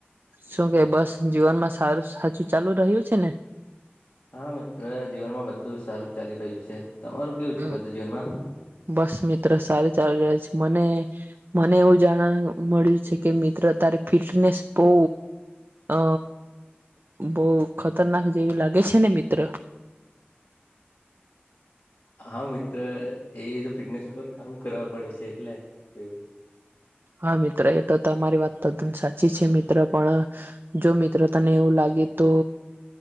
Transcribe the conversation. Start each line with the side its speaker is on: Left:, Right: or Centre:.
Right: શું કે બસ જીવનમાં સારું સાચું ચાલુ રહ્યું છે ને
Left: હા મિત્ર જીવનમાં બધુ સારું ચાલી રહ્યું છે તમારું કેવું
Right: હમ
Left: છે બધું જીવનમાં
Right: બસ મિત્ર સાર ચાલ <unintelligible> છે મને મને એવું જાણવા મળ્યું છે કે મિત્ર તારી ફિટનેસ બો અ બો ખતરનાક જેવી લાગે છે ને મિત્ર
Left: હા મિત્ર એ તો ફિટનેસ ઉપર કામ કરવા પડે છે એટલે તેવું
Right: હા મિત્ર એ તો તમારી વાત તદ્દન સાચી છે મિત્ર પણ જો મિત્ર તને એવું લાગે તો